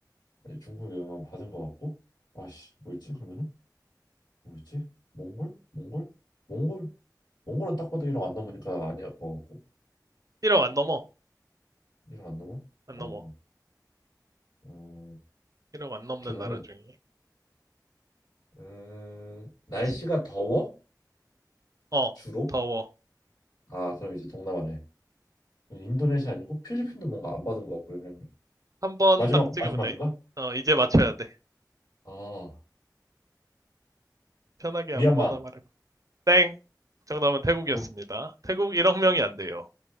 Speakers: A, on the left; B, on the right.
A: 예, 중국의 영향 받은 것 같고 아씨 뭐였지 그러면은 뭐였지 몽골 몽골 몽골 몽골은 딱 봐도 1억 안 넘으니까 아니야 것 같고
B: 1억 안 넘어.
A: 1억 안 넘어
B: 안
A: 어,
B: 넘어.
A: 어
B: 1억 안 넘는
A: 그러면은
B: 나라 중에.
A: 음, 날씨가
B: 아시,
A: 더워
B: 어,
A: 주로
B: 더워.
A: 아 그럼 이제 동남아네 인도네시아 아니고 필리핀도 뭔가 안 받은 것 같고 영향을
B: 한 번
A: 마지막
B: 딱 찍으면
A: 마지막인가
B: 돼. 어, 이제 맞춰야 돼.
A: 아
B: 편하게
A: 미얀마
B: 아무거나 말해봐. 땡! 정답은 태국이었습니다.
A: 뭐야?
B: 태국 1억 명이 안 돼요.